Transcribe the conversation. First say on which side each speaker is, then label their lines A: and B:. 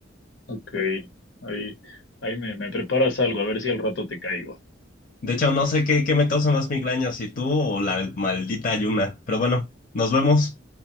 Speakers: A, on the left; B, on the left.
A: Ok, ahí, ahí me, me preparas algo, a ver si al rato te caigo.
B: De hecho, no sé qué, qué me causa más migraña, si tú o la maldita ayuna. Pero bueno, nos vemos.